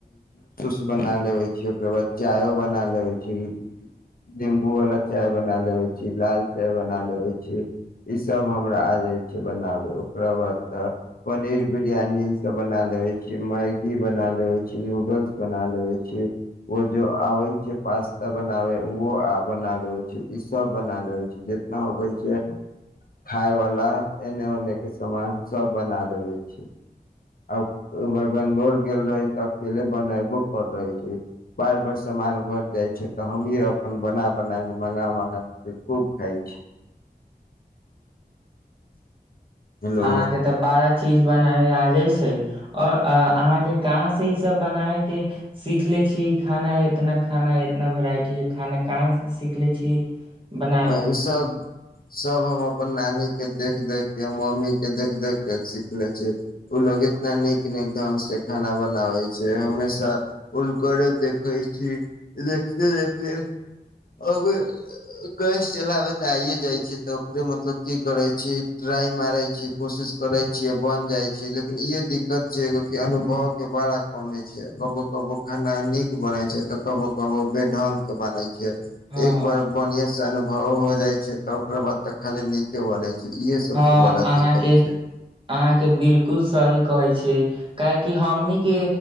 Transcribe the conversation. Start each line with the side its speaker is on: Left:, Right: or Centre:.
Left: बना लेेबय छियै ओकर बाद चायो बना लेबय छियै निम्बू वाला चाय बना लेबै छी लाल चाय बना लेबय छीयै इ सब हमरा आ जाय छै बनावे ओकरा बाद त पनीर बिरियानी ई सब बना लए छै मैगी बना लेबै छै नूडल्स बना लेेबय छै ओ जो आबै छै पास्ता बनावे व बना लेेबय छै सब बना लेबय छै जितना होबय छै खायवला एने ओनेके सामान सभ बना लेबय छीयै आ बंगलोर गेल रही तऽअकेले बने ुक कर रहे छै बार बर सामान घट जाय छै त हमे अपन बना बना के मंगा म खूब खाय छी हेलो
Right: अहाँके तऽ बारा चीज बनाबे आ जाइ छै ओर अहाँके कहाँ से ई सब बनाबय के सीख ले से छी खाना है इतना खाना इतना वेराइटी है खाना कहाँ से सीख लए छी बनाबे
Left: अ ई सब सब हम अपन नानी के देख देख के मम्मी के देख देख के सीखले छै उ लोग इतना नीक निक ढंग से खाना बनाबै छै हमेशा हुनकरे देखै छी देखते देखते आब कस चलाबे ते आइे जाय छी ते ओकरे मतलब की करे छी ट्राई मारय छी कोशिश करै बन जाइ छै लेकिन ई दिक्कत छै अनुभव के बड़ा कमि छै कबो कबो खाना नीक बनाय छै तऽ कबो कबो बे ढंग के बनै एक
Right: हँ
Left: बार बढ़िया से अनुभव हो जाय छै तऽ ओकरा बाद त खाली नीके बनै छै इहे सबसे
Right: हँ
Left: बड़ा
Right: अहाँके
Left: दिक्कत छै
Right: अहाँके बिलकुल सही कहय छै काहेकी हमहि के